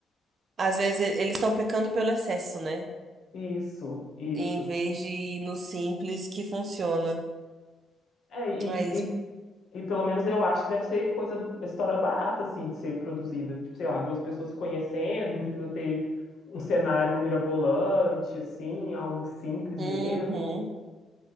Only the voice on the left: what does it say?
Isso, isso.
É, e,
e, e pelo menos eu acho que deve ser coisa, história barata, assim, de ser produzida. Tipo, sei lá, duas pessoas se conhecendo, não precisa ter um cenário mirabolante, assim, algo simples
mesmo.